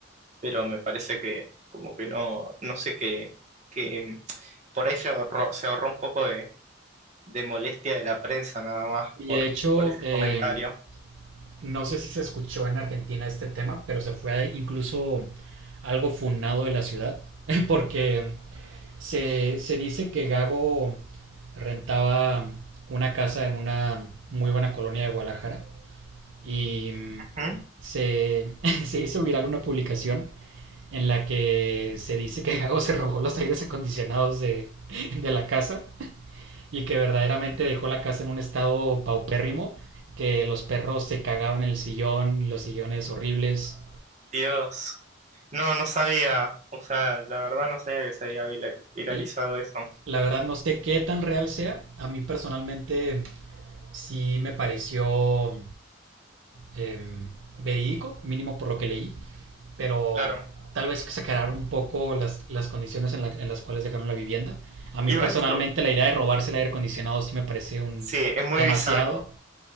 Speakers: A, on the right (about 35°); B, on the right (about 65°).
A: pero me parece que como que no, no sé qué, que por ahí se ahorró, se ahorró un poco de, de molestia de la prensa nada más
B: Y
A: por,
B: de hecho,
A: por ese
B: eh,
A: comentario.
B: no sé si se escuchó en Argentina este tema, pero se fue incluso algo funado de la ciudad, <laughs> porque se, se dice que Gago rentaba una casa en una muy buena colonia de Guadalajara y em,
A: ¿Mm?
B: se, <laughs> se hizo viral una publicación en la que se dice que Gago se robó los aires acondicionados de, de la casa y que verdaderamente dejó la casa en un estado paupérrimo, que los perros se cagaban en el sillón, los sillones horribles.
A: Dios, no, no sabía, o sea, la verdad no sabía que se había vira- viralizado
B: Y
A: eso.
B: la verdad no sé qué tan real sea. A mí personalmente sí me pareció em, verídico, mínimo por lo que leí, pero
A: Claro,
B: tal vez exageraron un poco las, las condiciones en, la- en las cuales dejaron la vivienda. A mí
A: igual,
B: personalmente
A: co-
B: la idea de robarse el aire acondicionado sí me parece un
A: sí, es muy
B: demasiado.
A: bizarro.